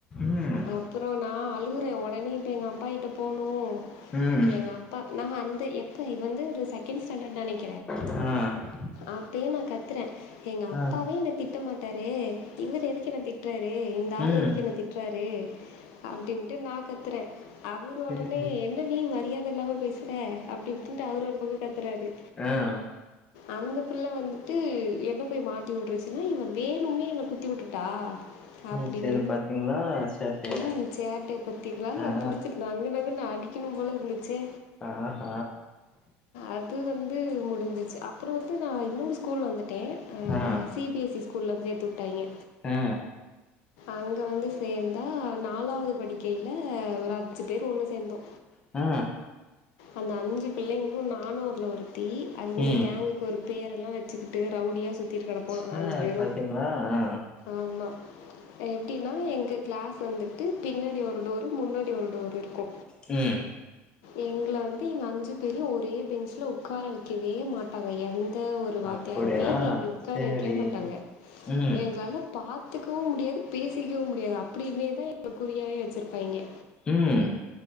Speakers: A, on the left; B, on the left.
A: ம்
B: அப்றோ நா அழுவுறே ஒடனே இப்ப எங்க அப்பாகிட்ட போனு
A: ம்
B: எங்க அப்பா நா எப்ப இது வந்து ஒரு செகண்ட் ஸ்டாண்டர்ட் நினைக்
A: அ
B: அப்பயே நா கத்துற எங் அப்பாவே
A: ஆ
B: என்ன திட்ட மாட்டாரு இவர்ரு எதுக்கு என்ன திட்டுறாரு இந்த ஆள்
A: ம்
B: எதுக்கு என்ன திட்டுறாரு அப்டின்ட்டு நா கத்துறே அவர்
A: சேரி
B: ஒடன்னே என்ன நீ மரியாத இல்லாம பேசுற அப்டின்ட்டு அவரு ஒரு பக்க கத்துறாரு
A: அ
B: அந்த பிள்ள வந்துட்டு என்ன போய் மாட்டி விட்ருச்சுன்னு இ வேணும்னே என்ன குத்தி உட்டுட்டா
A: சேரி
B: அப்டின்னு
A: சேரி பாத்தீங்களா ஷர்ட்டு
B: ம் சேட்டைய பாத்திங்களா
A: ஆ
B: புடுச்சிட்டு நங்கு நங்குன்னு அடி க்கணு போல இருந்துச்சே
A: ஆ ஹ
B: அது வந்து முடிஞ்சிச்சு அப்றோ வந்து நா ஸ்கூல் வந்துட்டே அ
A: ஆ
B: சி பி எஸ் சி ஸ்கூல்ல வந்து சேர்த்து உட்டாய்ங்க
A: ஆ
B: அங்க வந்து சேர்ந்தா நாலாவது படிக்கையில ஒரு அஞ்சு பேர் ஒண்ணு சேர்ந்தோ
A: அ
B: அந்த அஞ்சு பிள்ளைங்களு நானு அதுல ஒருத்தி அது இந்த
A: ம்
B: கேங்குக்கு ஒரு பேரெல்லா வச்சுக்கிட்டு ரவுடியா சுத்திகிட்டு கெடப்போ
A: ச
B: அஞ்சு பேரு
A: பாத்தீங்களா ஆ
B: ஆமா எப்டின்னா எங்க கிளாஸ் வந்துட்டு பின்னாடி ஒரு டோரு முன்னாடி ஒரு டோர் இருக்கூ
A: ம்
B: எங்கள வந்து எங்க அஞ்சு பேரையு ஒரே பெஞ்ச்ல உக்கார வைக்கவே மாட்டாங்க எந் எந்த ஒரு வாத்தியாருமே
A: அப்படியா
B: எங்கள அப்டி உட்கார
A: சேரி
B: வைக்கவே மாட்டாங்க
A: ம்
B: எங்களால பார்த்துக்கவு முடியாது பேசிக்கவு முடியாது அப்டின்னே தா இப்ப குறியாயி வச்சுருப்பாய்ங்க
A: ம்